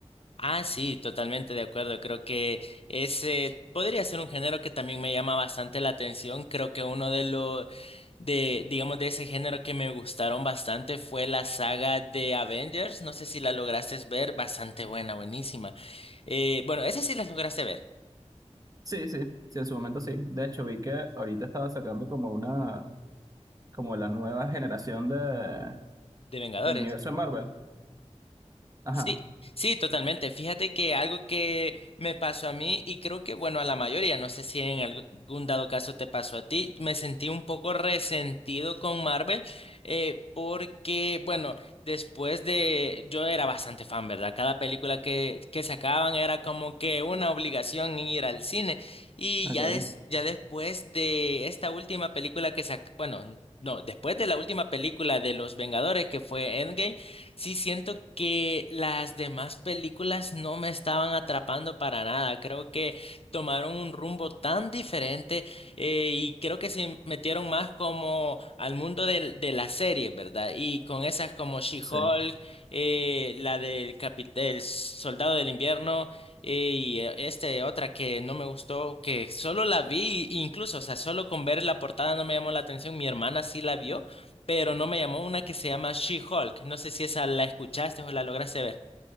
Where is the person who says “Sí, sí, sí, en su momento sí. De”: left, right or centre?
Right